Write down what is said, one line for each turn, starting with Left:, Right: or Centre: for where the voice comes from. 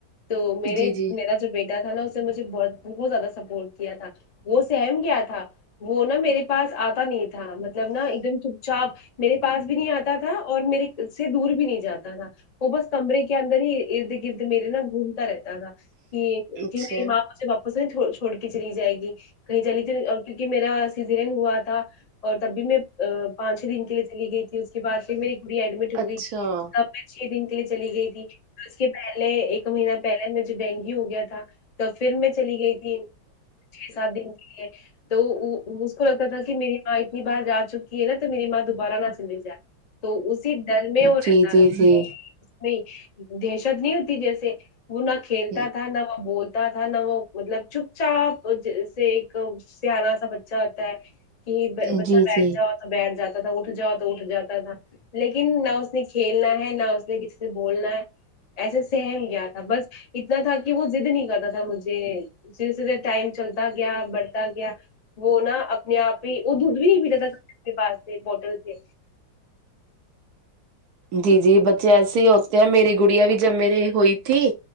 Left: تو میرے
Right: جی جی
Left: میرا جو بیٹا تھا نا سے مجھے بت بہت زیادہ سپورٹ کیا تھا وہ سہم گیا تھا وہ نا میرے پاس آتا نہیں تھا مطلب نا ایک دم چپ چاپ میرے پاس بھی نہیں آتا تھا اور میرے سے دور بھی نہیں جاتا تھا وہ بس کمرے کے اندر ہی ارد گرد میرے نا گھومتا رہتا تھا کہ
Right: اچھا
Left: جی میری ماں مجے باپا <unintelligible> چھوڑ کے چلی جائے گی کہیں جلی تو اور کیونکہ میرا سزاریں ہوا تھا <unintelligible> اور تب بھی میں پانچ چ دن کے لیے چلی گئی تھی اس کے بعد پھر میری گڑیا ایڈمٹ ہو
Right: اچھا
Left: گئی تھی تب میں چھ دن کے لیے چلی گئی تھی اس کے پہلے ایک مہینہ پہلے مجھے ڈینگیو ہو گیا تھا تو پھر میں چلی گئی تھی چھ سات دن تو اس کو لگتا تھا کہ میری ماں اتنی بار جا چکی ہے نا تو میری ماں دوبارہ نہ چلی جائے تو اسی ڈر میں وہ
Right: جی
Left: رہتا
Right: جی
Left: رہ
Right: جی
Left: میں دہشت نہیں ہوتی جیسے وہ نہ کھیلتا
Right: ہوں
Left: تھا نہ وہ بولت ہوتا تھا نہ وہ مطلب چپ چاپ ج سے ایک سیانہ سا بچہ ہوتا ہے کہ
Right: جی
Left: بچہ بیٹھ
Right: جی
Left: جاؤ تو بیٹھ جاتا تھا اٹھ جاؤ تو اٹھ جاتا تھا لیکن نہ اس نے کھیلنا ہے نہ اس نے کسی سے بولنا ہے ایسے سہم گیا تھا بس اتنا تھا کہ وہ ضد نہیں کرتا تھا مجھے سرے سدے ٹائم چلتا گیا بڑھتا گیا وہ نا میں آپ ہی وہ دودھ بھی نہیں پیتا تھانے پاس سے بوٹل سے
Right: جی جی بچے ایسے ہی ہوتے ہیں میری گڑیا بھی جب میری ہوئی تھی